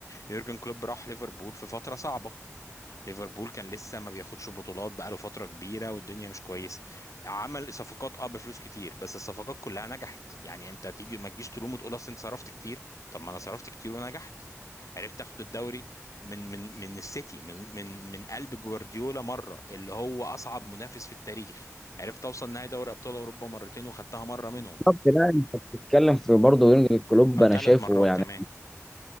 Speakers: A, on the left; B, in the centre.
A: يورجن كلوب راح ليفربول في فتره صعبه ليفربول كان لسه ما بياخدش بطولات بقاله فترة كبيرة والدنيا مش كويسة عمل صفقات اه بفلوس كتير بس الصفقات كلها نجحت يعني انت تيجي ما تجيش تلوم وتقول اصل انت صرفت كتير طب ما انا صرفت كتير ونجحت عرفت اخد الدوري من من من السيتي من من من قلب جوارديولا مرة اللي هو اصعب منافس في التاريخ عرفت اوصل نهائي دوري ابطال اوروبا مرتين وخدتها مرة منهم
B: بالظبط لا انت بتتكلم في برضه يورجن كلوب
A: او
B: انا
A: ثلاث
B: شايفه
A: مرات
B: يعني
A: كمان